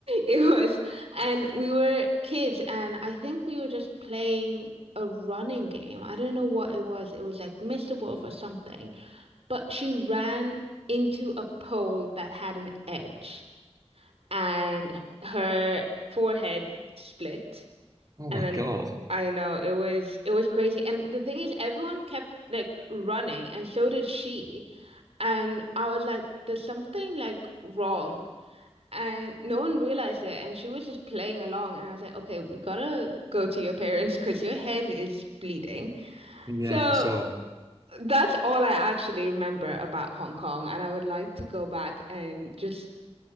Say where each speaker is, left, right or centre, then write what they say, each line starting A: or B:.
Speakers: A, on the right; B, on the right.
A: it was, and we were kids, and I think we were just playing a running game. I don't know what it was. It was like Mr. Wolf or something but she ran into a pole that had an edge and her forehead split
B: Oh my
A: and then
B: God.
A: I know it was it was crazy and the thing is everyone kept like running and so did she and I was like there's something like wrong and no one realized it and she was just playing along and I was like okay we gotta go to your parents because your head is bleeding
B: Yeah,
A: so
B: for sure.
A: that's all I actually remember about Hong Kong, and I would like to go back and just